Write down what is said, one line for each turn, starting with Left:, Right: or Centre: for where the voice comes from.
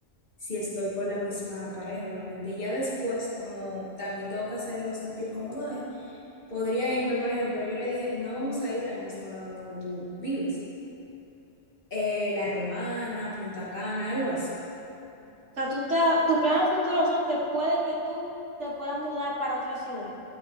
Left: si estoy con la misma pareja, obviamente. Y ya después, como también tengo que hacerlo sentir cómodo a él, podría irme, por ejemplo, yo le dije, no vamos a ir al mismo lado donde tú vives, eh, La Romana, Punta Cana, algo así.
Right: sea, tú te- tus planes futuros son que puede que tú te puedas mudar para otra ciudad.